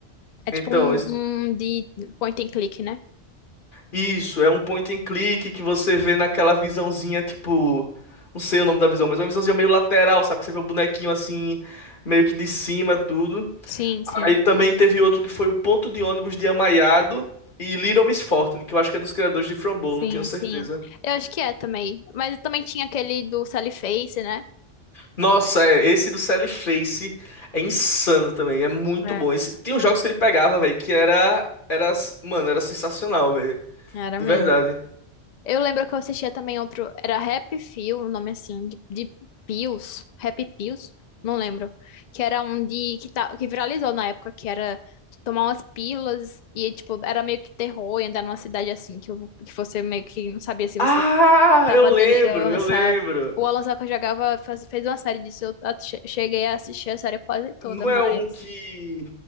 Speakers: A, on the left; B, on the left.
A: É
B: Então,
A: tipo um,
B: esse-
A: um de point and click, né?
B: isso, é um point and click que você vê naquela visãozinha, tipo... Não sei o nome da visão, mas é uma visãozinha meio lateral, sabe? Que você vê o bonequinho assim, meio que de cima, tudo.
A: Sim, sim.
B: Aí também teve outro que foi o Ponto de Ônibus de Amaiado e Little Miss Fortune, que eu acho que é dos criadores de Frumble,
A: Sim,
B: não tenho certeza.
A: sim. Eu acho que é também. Mas também tinha aquele do Sally Face, né?
B: Nossa, é, esse do Sally Face é insano também, é muito
A: É.
B: bom. Esse, tem uns jogos que ele pegava, velho, que era, era, mano, era sensacional, velho,
A: Era
B: de
A: mesmo.
B: verdade.
A: Eu lembro que eu assistia também outro. Era Rap Feel, o nome assim, de, de Pills. Rap Pills? Não lembro. Que era um de. Que, tá, que viralizou na época, que era tomar umas pílulas e, tipo, era meio que terror e andar numa cidade assim, que, o- que você meio que não sabia se
B: Ah,
A: você tava
B: eu lembro,
A: delirando,
B: eu
A: sabe?
B: lembro.
A: O Alan Saka jogava, faz- fez uma série disso. Eu a- che- cheguei a assistir a série quase toda,
B: Não
A: mas.
B: é um que